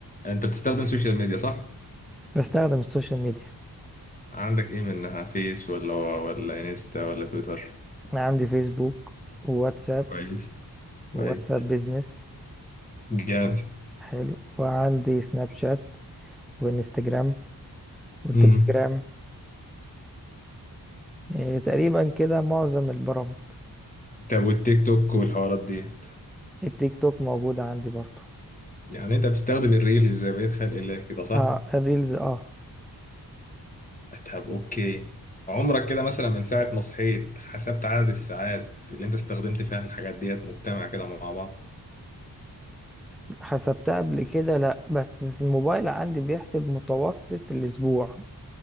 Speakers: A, on the left (about 20°); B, in the centre.
A: انت بتستخدم سوشيال ميديا صح؟
B: بستخدم السوشيال ميديا
A: عندك ايه منها فيس ولا ولا انستا ولا تويتر
B: انا عندي فيسبوك وواتساب
A: كويس كويس
B: وواتساب بيزنس
A: جامد
B: حلو وعندي سناب شات وانستجرام والتليجرام
A: امم
B: إيه تقريبا كده معظم البرامج
A: طب والتيك توك والحوارات ديت
B: التيك توك موجودة عندي برضو
A: يعني انت بتستخدم الريلز زي بقية خلق الله كده صح؟
B: اه الريلز اه
A: طب اوكي عمرك كده مثلا من ساعة ما صحيت حسبت عدد الساعات اللي انت استخدمت فيها الحاجات ديت مجتمع كده مع بعض
B: س- حسبتها قبل كده لا بس الموبايل عندي بيحسب متوسط الاسبوع